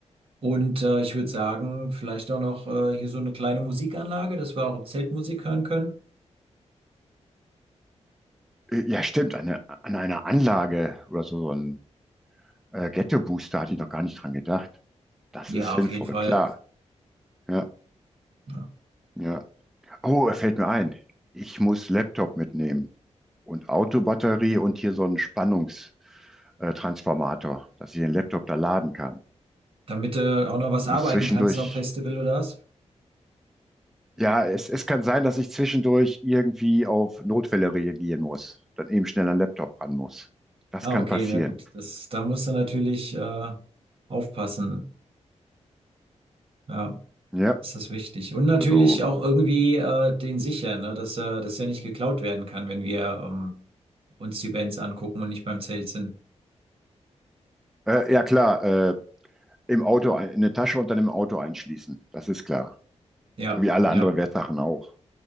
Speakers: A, on the right (about 50°); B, in the centre.
A: Und äh, ich würde sagen, vielleicht auch noch äh, hier so eine kleine Musikanlage, dass wir auch im Zelt Musik hören können.
B: Äh, Ja, stimmt, eine, an einer Anlage oder so, so ein äh, Ghetto-Booster hatte ich noch gar nicht dran gedacht. Das
A: Ja,
B: ist sinnvoll,
A: auf jeden Fall.
B: klar. Ja,
A: Ja.
B: ja. Oh, er fällt mir ein. Ich muss Laptop mitnehmen und Autobatterie und hier so einen Spannungs äh, Transformator, dass ich den Laptop da laden kann.
A: Damit du auch noch was
B: Ich muss
A: arbeiten
B: zwischendurch,
A: kannst am Festival oder was?
B: ja, es, es kann sein, dass ich zwischendurch irgendwie auf Notfälle reagieren muss, dann eben schnell an den Laptop ran muss. Das
A: Ah,
B: kann
A: okay,
B: passieren.
A: na gut. Das, da musst du natürlich äh, aufpassen. Ja.
B: Ja,
A: Das ist wichtig. Und natürlich
B: also,
A: auch irgendwie äh, den sichern, ne? Dass, äh, dass er nicht geklaut werden kann, wenn wir ähm, uns die Bands angucken und nicht beim Zelt sind.
B: äh, ja klar, äh, im Auto, ein- in eine Tasche und dann im Auto einschließen. Das ist klar.
A: Ja,
B: So wie alle
A: ja,
B: anderen Wertsachen auch.